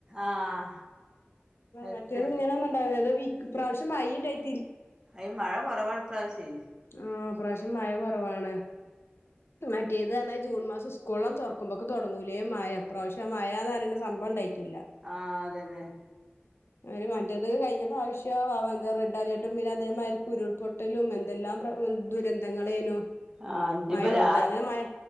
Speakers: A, on the right (about 20°); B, on the left (about 75°).
A: ആഹ്. അത്
B: മറ്റേത് ഇങ്ങനൊന്ന്ണ്ടാവൂലാലോ. വീക് ഇപ്രാവശ്യം മയീണ്ടായ്
A: അയ് മഴ കൊറവാണിപ്രാവ്ശ്യെ.
B: ആഹ് ഇപ്പ്രാവശ്യം മഴ കൊറവാണ്. മറ്റേത് പറഞ്ഞാ ജൂൺ മാസം സ്കൂള് തൊർക്കുമ്പക്ക് തൊട്ങ്ങൂലേ മയ. ഇപ്രാവശ്യ മയാന്നറയണ്ട സംഭവണ്ടായ്ട്ടില്ല.
A: ആഹ് അതന്നെ.
B: ഒര് മറ്റേത് കയ്ഞ്ഞ പ്രാവശ്യം വ വന്ത റെഡ് അലേർട്ടും പിന്നെ അതേമായ്രി ഉരുൾപൊ ട്ടലും എന്തെല്ലാം പ്ര ദുരന്തങ്ങളേനു.
A: ആഹ് ഇഞ്ഞ്പ്പ
B: മഴോണ്ട്
A: ലാസ്
B: അങ്ങനെ മഴ